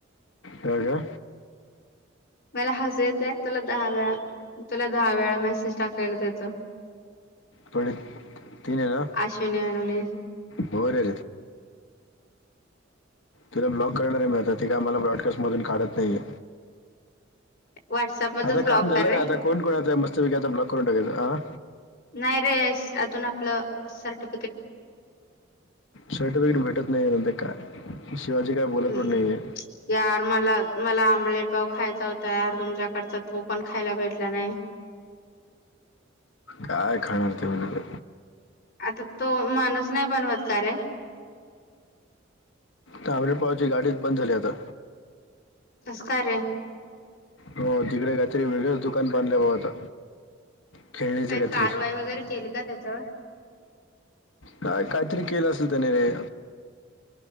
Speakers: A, on the left; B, on the left.
A: कर जा
B: मला हसु येतय आहेत तुला दहा वेळा तुला दहा वेळा मेसेज टाकलेला त्याच.
A: पढे तीन आहे ना.
B: अश्विनी मॅडमने
A: हॊ रे तिला ब्लॉक करणार मी आता ति काय आम्हाला ब्लॉकलिस्ट मधून काढत नाहीये
B: व्हॉट्सअप मधून
A: आता
B: ब्लॉक
A: काम झालं
B: कर
A: रे आता कोण कोणचाय मस्त पैकी आता ब्लॉक करून टा कायचं.
B: नाही रे अजून आपलं सर्टि
A: स्वेटर विकट भेटत नाही आहे नंत काय शिवाजी काय बोलत
B: हम्
A: पण नाहीये
B: यार मला मला ऑम्लेट पाव खायचा होता यार तुमच्या करतात तो पण खायला भेटला नाही
A: काय खाणार ते म तर
B: आता तो माणूस नाही बनवत का रे.
A: तागडे पावची गाडीच बंद झाली आता.
B: असं का रे
A: हो तिकडे काहीतरी वेगळच दुकान बांधले बाबा आता खेळणीचं
B: काही
A: काहीतरी
B: कारवाई वगैरे केली का त्याच्यावर.
A: काय काहीतरी केलं असेल त्याने रे.